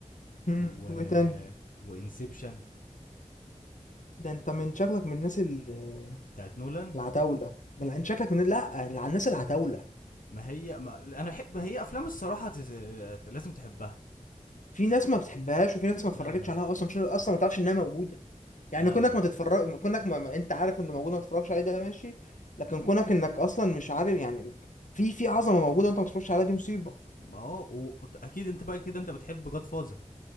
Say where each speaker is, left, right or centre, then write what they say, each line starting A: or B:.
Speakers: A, on the left (about 65°); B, on the left (about 85°).
A: امم
B: و
A: وايه تاني
B: وانسبشن
A: ده انت من شكلك من الناس ال-
B: بتاعت نولان
A: العتاولة من انت شكلك من لا الناس العتاولة
B: ما هي ما انا بحب ما هي افلام الصراحه تس... لازم تحبها
A: في ناس ما بتحبهاش وفي ناس ما
B: لا
A: اتفرجتش
B: لا
A: عليها
B: لا
A: اصلا مش اصلا ما تعرفش انها موجوده يعني
B: لا
A: كونك
B: لا
A: ما تتفرج كونك ما... ما... انت عارف انه موجود ما تتفرجش عليه ده ماشي لكن كونك انك اصلا مش عارف يعني في في عظمه موجوده وانت ما تتفرجش عليها دي مصيبه
B: ما اه و... اكيد انت بقى كده انت بتحب جاد فازر